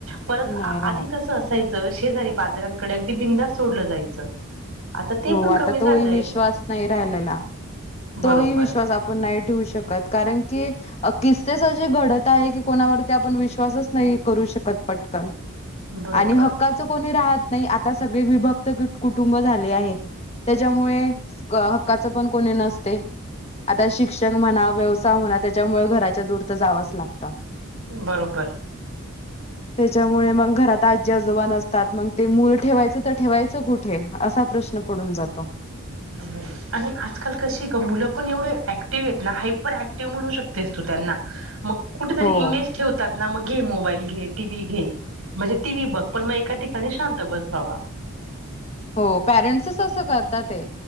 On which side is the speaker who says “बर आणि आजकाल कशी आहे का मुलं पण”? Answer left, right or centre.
Right